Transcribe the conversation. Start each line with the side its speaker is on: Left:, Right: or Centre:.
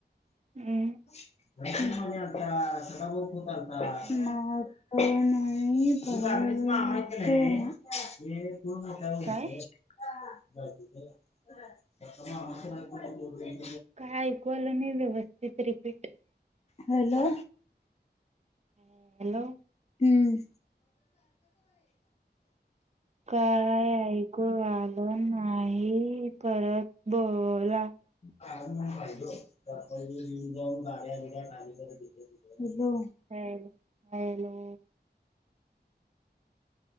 Right: हम्म.
Left: हो <unintelligible>
Right: मग
Left: प <unintelligible>
Right: काय
Left: म <unintelligible>
Right: काय ऐकूयलं नाही व्यवस्थित रिपीट.
Left: हॅलो.
Right: ह हॅलो.
Left: हम्म.
Right: काय ऐकू आलं नाही परत बोला.
Left: का नाही फायो तर येिऊन जाऊन गाड्यागाेत <unintelligible> हलो.
Right: Hello hello.